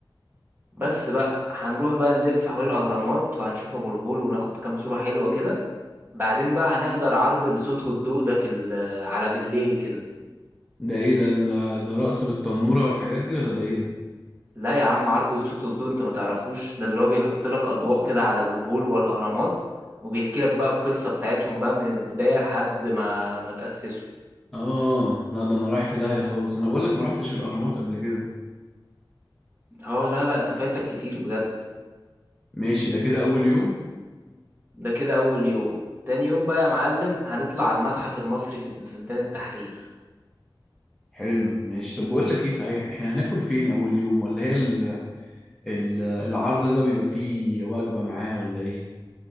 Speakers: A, on the right; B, in the centre.
A: بس بقى هنروح بقى نلف حوالين الأهرامات وهنشوف أبو الهول وناخد كام صورة حلوة كده بعدين بقى هنحضر عرض الصوت والضوء ده في ال... على بالليل كده
B: ده ايه ده ال- ده رقص بالتنورة والحاجات دي ولا ده ايه ده
A: لا يا عم عرض الصوت والضوء انت ما تعرفوش ده اللي هو بيحط لك اضواء كده على ابو الهول والاهرامات وبيحكي لك بقى القصه بتاعتهم بقى من البدايه لحد ما ما تاسسوا
B: اه لا ده انا رايح في داهية خالص انا بقول لك ما رحتش الاهرامات قبل كده
A: اه لا لا انت فايتك كتير بجد
B: ماشي ده كده اول يوم
A: ده كده اول يوم تاني يوم بقى يا معلم هنطلع على المتحف المصري في في ميدان التحرير
B: حلو ماشي طب بقول لك ايه صحيح احنا هناكل فين اول يوم ولا هي ال... ال... العرض ده بيبقى فيه وجبة معاه ولا ايه